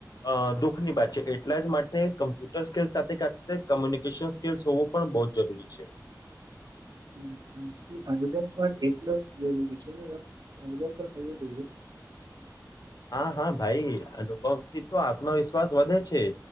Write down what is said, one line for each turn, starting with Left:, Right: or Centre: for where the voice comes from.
Left: અ દુખ દખની વાત છે એટલા જ માટે કમ્પ્યુટર સ્કલ સાથે સાથે કોમ્યુનિકેશન સ્કલસ હોવું પણ બહુ જરૂરી છે
Right: <unintelligible> શ અનુભવ પણ એટલો જરી છે અનુવ પણ હોવો જોઈએ <unintelligible> <inaudible>
Left: હા હા ભાઈ અનુભવથી તો આત્મવિશ્વાસ વધે છે